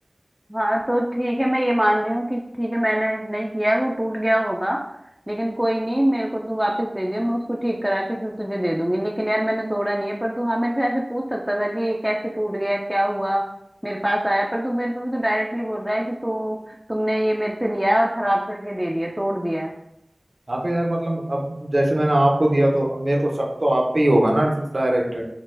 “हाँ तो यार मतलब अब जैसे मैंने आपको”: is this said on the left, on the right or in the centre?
Right